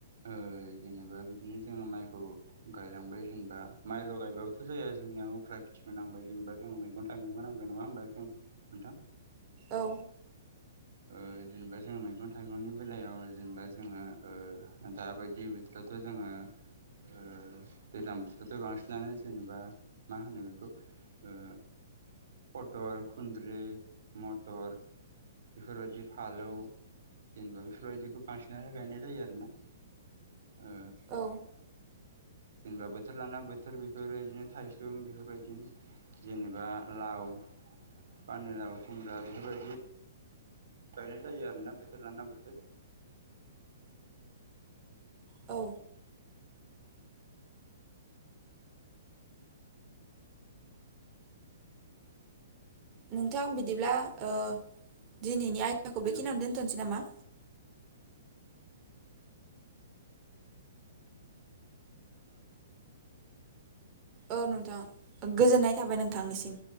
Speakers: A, on the right; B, on the right.
A: ओ जेनेबा बिदिनो जोङो माइखौ गायलांबाय जेनेबा माइल' गायबाबोथ' जाया जोंनिया उफ्रा खिथिबो नांबाय जेनेबा जों मैगं थाइगंबो नांगौ नङा होमबा जों नोंथां।
B: औ
A: ओ जेनेबा जों मैगं थाइगंनि बेलायाव जेनेबा जोङो ओ दाबायदि बिथोरावथ' जोङो ओ दैज्लां बोथोरावथ' बांसिनानो जेनेबा मा होनो बेखौ ओ पटल खुन्द्रि मटर बेफोरबायदि फालौ जेनेबा बेफोरबायदिखौ बांसिननानो गायनाय जायो आरोना। ओ
B: औ
A: जेनेबा बोथोर लाना बोथोर बेफोरबायदिनो थायसुम बेफोरबायदि जेनेबा लाव पानिलाव, खुमब्रा बेफोरबायदि गायनाय जायो आरोना बोथोर लाना बोथोर।
B: औ नोंथां बिदिब्ला ओ दिनैनि आयदाखौ
A: हेलौ
B: बेखिनियावनो दोन्थ'नोसै नामा?
A: दे होमब्ला नोंथां जोंनिया समावबो जानानै फैबाय।
B: औ नोंथां गोजोननाय थाबाय नोंथांनिसिम।